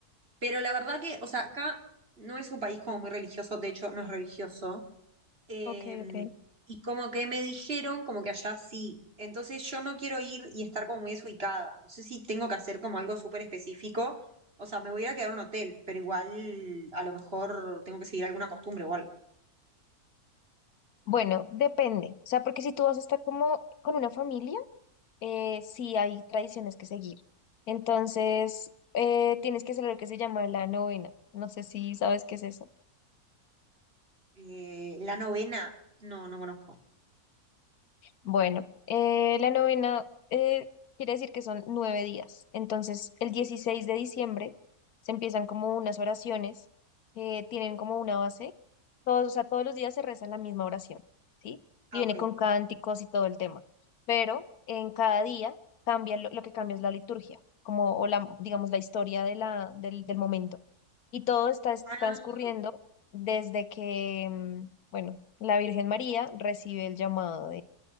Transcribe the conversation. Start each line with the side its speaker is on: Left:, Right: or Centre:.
Right: pero la verdad que, o sea, acá no es un país como muy religioso, de hecho no es religioso. Eh,
Left: ok, ok.
Right: y como que me dijeron como que allá sí. Entonces yo no quiero ir y estar como muy desubicada. No sé si tengo que hacer como algo súper específico. O sea, me voy a ir a quedar en un hotel, pero igual a lo mejor tengo que seguir alguna costumbre o algo.
Left: Bueno, depende, o sea, porque si tú vas a estar como con una familia, eh, sí hay tradiciones que seguir. Entonces, eh, tienes que hacer lo que se llama la novena. No sé si sabes qué es eso.
Right: Eh, la novena, no, no conozco.
Left: Bueno, eh, la novena eh, quiere decir que son nueve días. Entonces, el 16 de diciembre se empiezan como unas oraciones que tienen como una base. Todos, o sea, todos los días se reza la misma oración, ¿sí?
Right: Ah,
Left: Y viene
Right: ok.
Left: con cánticos y todo el tema. Pero en cada día cambia lo, lo que cambia es la liturgia, como o la, digamos, la historia de la, del, del momento. Y todo está es-
Right: Ah,
Left: transcurriendo desde que, mm, bueno, la Virgen María recibe el llamado